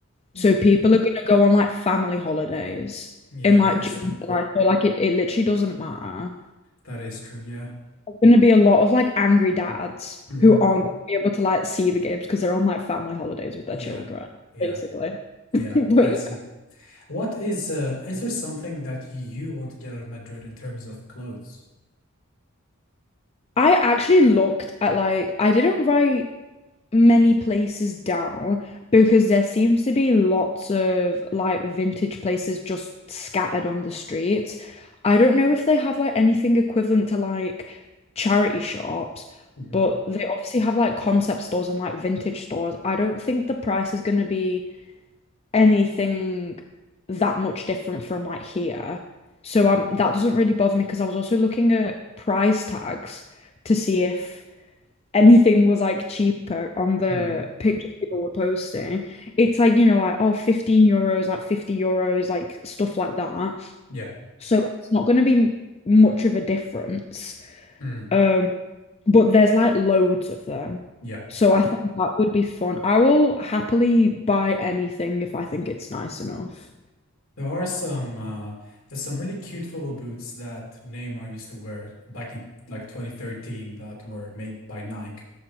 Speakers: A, on the left; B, on the left.
A: Mm.
B: So people are gonna go on like family holidays
A: yeah,
B: in like
A: that is
B: June
A: true.
B: and July. So like it, it literally doesn't matter.
A: That is true. Yeah.
B: There's gonna be a lot of like angry dads
A: hmm
B: who aren't gonna be able to like see the games because they're on like family holidays with their
A: Yeah.
B: children,
A: Yeah.
B: basically.
A: Yeah.
B: <laughs> But
A: I
B: yeah.
A: see. What is uh is there something that you want to get out of Madrid in terms of clothes?
B: I actually looked at like I didn't write many places down because there seems to be lots of like vintage places just scattered on the streets. I don't know if they have like anything equivalent to like charity shops,
A: Mhm.
B: but they obviously have like concept stores and like vintage stores. I don't think the price is going to be anything that much different from like here. So um that doesn't really bother me because I was also looking at price tags to see if anything was like cheaper on the
A: Mm,
B: pictures people were posting. It's like, you know, like, oh, 15 euros, like 50 euros, like stuff like that.
A: yeah.
B: So it's not going to be much of a difference.
A: Mm,
B: Um, but there's like loads of them.
A: yeah.
B: So I think that would be fun. I will happily buy anything if I think it's nice enough.
A: There are some uh there's some really cute football boots that Neymar used to wear back in like 2013 that were made by Nike.